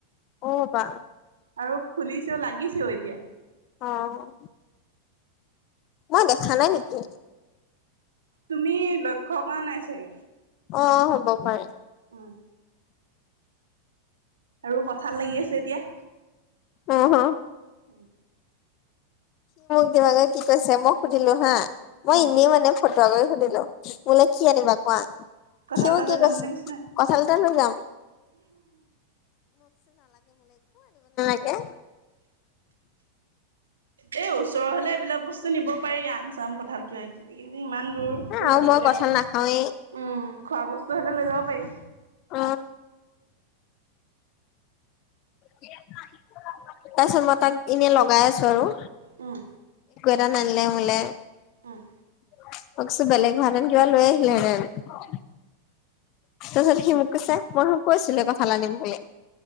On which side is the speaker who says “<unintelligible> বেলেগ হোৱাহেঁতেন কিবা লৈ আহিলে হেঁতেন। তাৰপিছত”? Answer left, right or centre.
Left